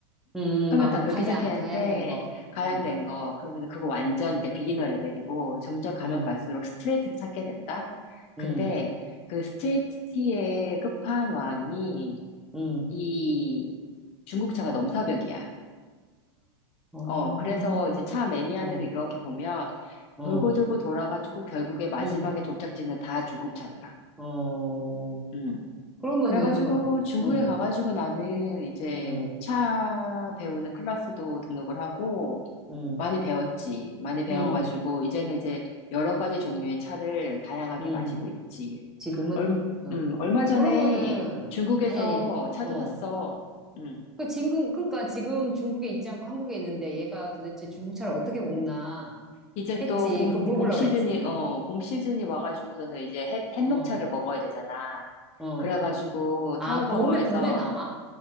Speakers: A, in the centre; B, on the left.
A: 응,
B: 처음에
A: 막
B: 다
A: 뭐
B: 그렇게
A: 가양,
B: 시작했는데
A: 가양된 거.
B: 가양된
A: 응,
B: 거 그러면 그거 완전 이게 비기너 레벨이고 점점 가면
A: 응,
B: 갈수록 스트레이트를 찾게 된다. 근데
A: 응,
B: 그 스트레이트의 티 끝판왕이
A: 응,
B: 이 중국차가 넘사벽이야.
A: 어,
B: 어 그래서 이제 차 매니아들을
A: 어,
B: 이렇게 보면
A: 어,
B: 돌고 돌고 돌아가지고 결국에 마지막에
A: 응,
B: 종착지는 다 중국차더라.
A: 어.
B: 음.
A: 그러면은,
B: 그래가지고 중국에
A: 응,
B: 가가지고 나는 이제
A: 응,
B: 차 배우는 클래스도 등록을 하고
A: 응,
B: 많이 배웠지. 많이 배워가지고,
A: 응,
B: 이제는 이제 여러 가지 종류의 차를 다양하게
A: 응,
B: 마시고 있지.
A: 지금은?
B: 얼,
A: 어.
B: 음, 얼마 전에
A: 그러면은,
B: 중국에서
A: 아니, 아니,
B: 차도
A: 어.
B: 샀어. 음.
A: 그 지금 그러니까 지금 중국에 있지 않고 한국에 있는데 얘가 도대체 중국 차를 어떻게 먹나
B: 이제
A: 했지.
B: 또 봄,
A: 그 물어보려고
B: 봄 시즌이,
A: 그랬지.
B: 어, 봄 시즌이 와가지고서는 이제 햇, 햇녹차를
A: 어,
B: 먹어야 되잖아.
A: 어.
B: 그래가지고
A: 아,
B: 타오바오에서
A: 봄에 봄에 나와?